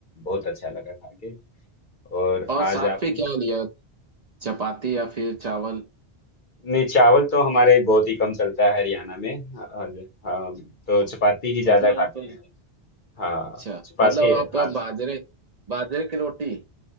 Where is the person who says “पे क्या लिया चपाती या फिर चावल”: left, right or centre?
Right